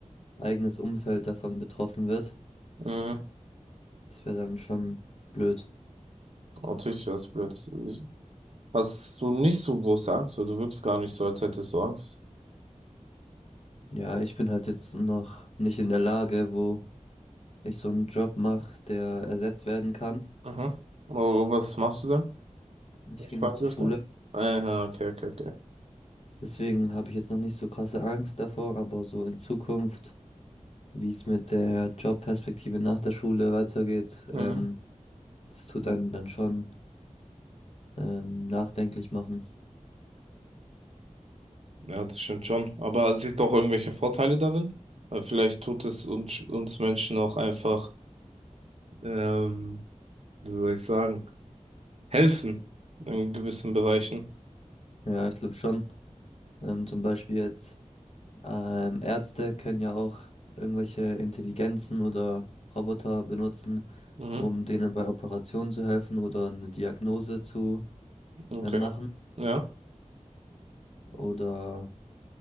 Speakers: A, on the left (about 55°); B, on the right (about 55°).
A: eigenes Umfeld davon betroffen wird,
B: Mhm.
A: das wäre dann schon blöd.
B: Natürlich wäre es blöd. Ich- Hast du nicht so große Angst, weil du wirkst gar nicht so, als hättest du Angst.
A: Ja, ich bin halt jetzt noch nicht in der Lage, wo ich so einen Job mache, der ersetzt werden kann.
B: Mhm. Oh, was machst du denn?
A: Ich
B: wenn Ich
A: gehe
B: fragen
A: noch zur
B: dürfte.
A: Schule.
B: Aha, okay, okay, okay.
A: Deswegen habe ich jetzt noch nicht so krasse Angst davor, aber so in Zukunft, wie es mit der Jobperspektive nach der Schule weitergeht,
B: Mhm.
A: ähm, das tut einen dann schon ähm, nachdenklich machen.
B: Ja, das stimmt schon. Aber es gibt auch irgendwelche Vorteile darin. Weil vielleicht tut es uns, uns Menschen auch einfach, ähm, wie soll ich sagen, helfen in gewissen Bereichen.
A: Ja, ich glaube schon. Ähm, zum Beispiel jetzt ähm, Ärzte können ja auch irgendwelche Intelligenzen oder Roboter benutzen,
B: Mhm.
A: um denen bei Operationen zu helfen oder eine Diagnose zu
B: Okay.
A: äh, machen
B: Ja.
A: oder